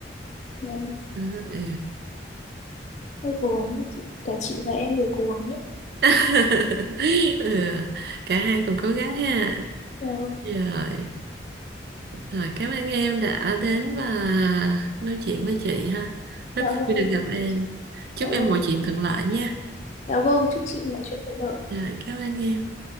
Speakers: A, on the left; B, on the right.
A: giờ
B: Ờ, ừ.
A: tôi cố gắng cả chị và em đều cố gắng nhé.
B: <laughs> ừ. cả hai cùng cố gắng ha
A: Giờ
B: rồi rồi cảm ơn em đã đến và nói chuyện với chị ha rất
A: dạ vâng,
B: vui được gặp
A: cảm
B: em
A: ơn chị.
B: chúc
A: Dạ
B: em
A: vâng,
B: mọi
A: em
B: chuyện
A: cũng-
B: thuận lợi nha
A: dạ vâng, chúc chị mọi chuyện thuận lợi.
B: Rồi, cảm ơn em.